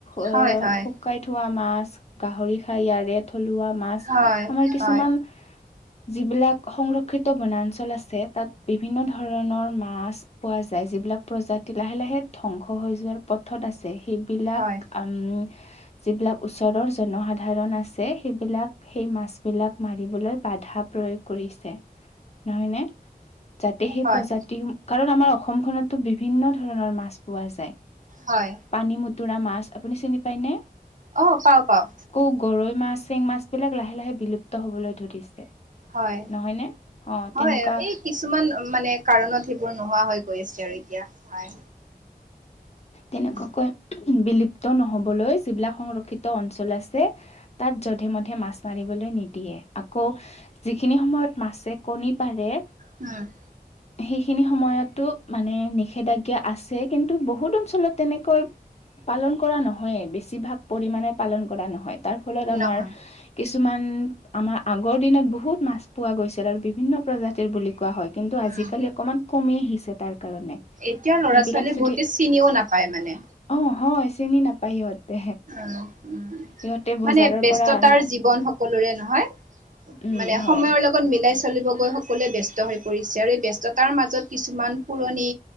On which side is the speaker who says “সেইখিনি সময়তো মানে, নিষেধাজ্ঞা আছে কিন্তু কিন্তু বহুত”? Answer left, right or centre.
Left